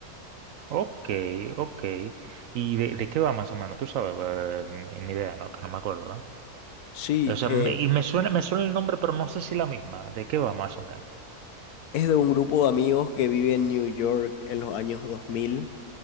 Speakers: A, on the right (about 70°); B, on the left (about 75°).
A: ok, ok. ¿Y de, de qué va más o menos? Tú sabes, eh, ni idea, ¿no? Que no me acuerdo,
B: Sí,
A: O sea,
B: eh,
A: me, y me suena, me suena el nombre, pero no sé si la misma. ¿De qué va más o menos?
B: Es de un grupo de amigos que vive en New York en los años 2000